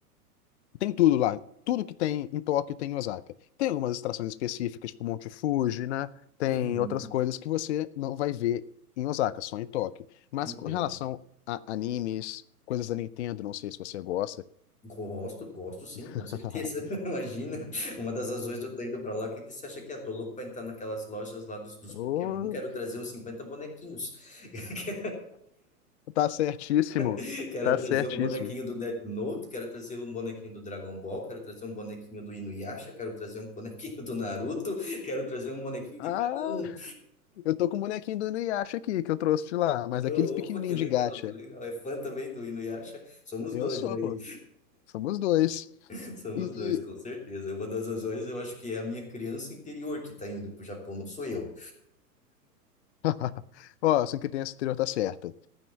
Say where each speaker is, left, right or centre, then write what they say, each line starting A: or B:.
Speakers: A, on the left; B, on the left.
A: Tem tudo lá. Tudo que tem em Tóquio tem em Osaka. Tem algumas extrações específicas, tipo Monte Fuji, né? Tem
B: Uhum,
A: outras coisas que você não vai ver em Osaka, só em Tóquio. Mas
B: entendo.
A: com relação a animes, coisas da Nintendo, não sei se você gosta.
B: Gosto, gosto sim,
A: <laughs>
B: com certeza. <laughs> Imagina, uma das razões de eu estar indo para lá, o que que você acha que é? Tô louco para entrar naquelas lojas lá dos, dos
A: Ô,
B: Pokémon, quero trazer uns 50 bonequinhos. <laughs>
A: Tá certíssimo.
B: <laughs> Quero
A: Tá
B: trazer
A: certíssimo.
B: um bonequinho do Death Note, quero trazer um bonequinho do Dragon Ball, quero trazer um bonequinho do Inuyasha, quero trazer um bonequinho do Naruto, <laughs> quero trazer um bonequinho de
A: Ah,
B: cada um.
A: eu tô com o bonequinho do Inuyasha aqui, que eu trouxe de lá,
B: <laughs>
A: mas
B: Opa,
A: aqueles pequenininhos
B: que legal,
A: de gacha.
B: que legal. É fã também do Inuyasha? Somos
A: Eu
B: dois
A: sou,
B: aí,
A: pô. Somos dois.
B: <laughs> somos
A: E,
B: dois, com certeza. Uma das razões eu acho que é a minha criança interior que está indo para o Japão, não sou eu.
A: <laughs> ó, sua criança anterior tá certa.